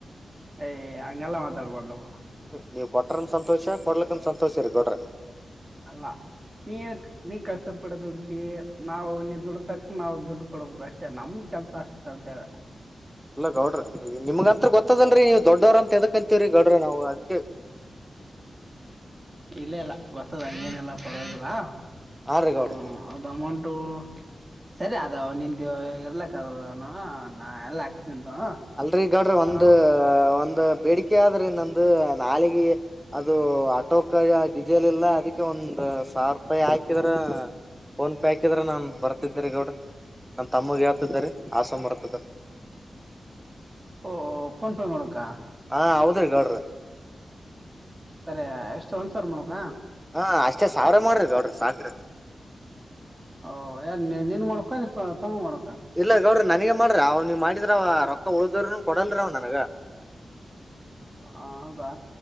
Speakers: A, on the right; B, in the centre.
A: ಏ್ ಅಂಗ ಎಲ್ಲ ಮಾತಾಡ ಪಡಲಪ್ಪ.
B: ಲ್ರಿ ನೀವ ಕೊಟ್ರನ್ ಸಂತೋಷ ಕೊಡ್ಲಕ್ಕನ್ ಸಂತೋಷ ರೀ ಗೋಡ್ರಿ.
A: ಅಲ್ಲ ನೀ ನೀ ಕಷ್ಟ. ಪಿಡ ದುಡತಿ ನಾವು ನೀ ದುಡತಕ ನಾವು ದುಡ್ಡು ಕೊಡ್ಬೇಕಕ್ ಅಷ್ಟೆ ನಮ್ ಕೆಲ್ಸ ಅಷ್ಟ ಕಲ್ತೇವೆ
B: ಲ್ಲೌಡ್ರ ನಿಮ್ಗ ಅತ್ ಗೊತ್ತದಲ್ರರಿ ನೀವು ದೊಡ್ಡರ ಅಂತದಕಂತೀರಿ ಗ ನಾವು ಅದಕ್ಕೆ
A: ಇಲ್ಲ ಇಲ್ಲ ಗೊತ್ತದ ಹಂಗೇನೆಲ್ಲಾ ಪರದ್ರಾ
B: ಹಾ ರೀ
A: ಹ್ಮ
B: ಗೌಡ್ರ
A: ಅದು ಅಮೌಂಟು ಸರಿ ಅದ ನಿನ್ ಎಲ್ಲ ಅಣ ಹ ಎಲ್ಲ ನಿಂದು
B: ಅಲ್ರೀ ಈಗಾಡ್ರಿ ಒಂದ
A: ಆ,
B: ಒಂದ ಬೇಡಿಕೆ ಆದ್ರಿ ನಂದು ನಾಲಿಗೆ ಅದು ಟೋಕಾಗ ಡಿಸೇಲ್ ಇಲ್ಲ ಅದಕ್ಕೆ ಒಂದ್ ಸಾವಿರ ರೂಪಾಯಿ ಹಾಕಿದ್ರ ಫೋನ್ ಪೇ ಹಾಕಿದ್ರ ನಾನ್ ಬರ್ತಿದ್ದರಿ ಗೌಡ್ರ ನನ್ ತಮ್ಮಗೆ ಹೇಳ್ತಿದರಿ ಆಸಮ ಬರ್ತಿದಾರ
A: ಓ ೋನ್ಫ ಮಾಡರಕ್ಕಾ
B: ಹಾ ಹೌದ್ರ ಗೌಡ್ರ
A: ಸರಿ ಎಷ್ಟು ಒಂದ್ಸರ್ ಮಾಡಕ
B: ಹಾ ಅಷ್ಟೇ ಸಾವಿರ ಮಾಡ್ರಿ ಗೌಡ್ರಿ ಸಾಕ್ರ
A: ಓ ಯಾರ ನೀನ್ ಮಾಡಕ ತಮ ಮಾಡ
B: ಇಲ್ಲ ಗೌಡ್ರ ನನಗ ಮಾಡ್ರಿ ಅವ ನೀ ಮಾಡಿದ್ರ ಅವ ರೊಕ್ಕ ಉಳ್ದ್ರನು ಕೊಡಲ್ರ ಅವ್ ನನಗ
A: ಹ ಹೌದಾ